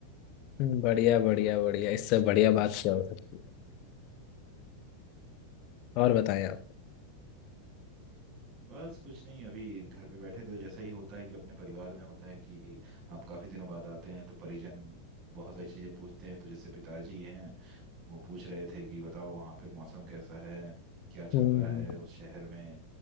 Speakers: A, on the left (about 40°); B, on the right (about 35°).
A: हम्म, बढ़िया बढ़िया बढ़िया इससे बढ़िया बात क्या हो सकती है और बताएं आप
B: बस कुछ नहीं अभी घर पे बैठे थे, तो जैसा ही होता है कि अपने परिवार में होता है कि आप काफी दिनों बाद आते हैं तो परिजन बहुत सारी चीजें पूछते हैं तो जैसे पिताजी हैं वो पूछ रहे थे कि बताओ वहाँ पे मौसम कैसा है क्या चल
A: हम्म
B: रहा है उस शहर में